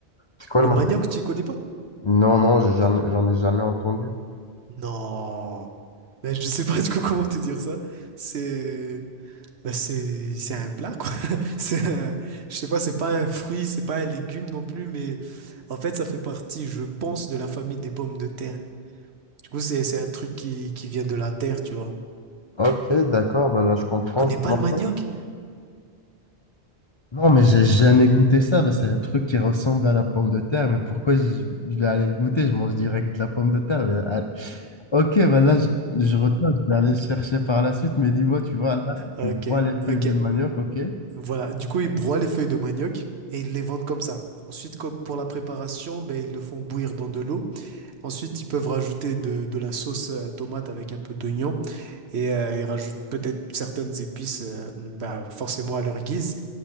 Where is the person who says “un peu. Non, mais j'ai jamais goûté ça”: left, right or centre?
Left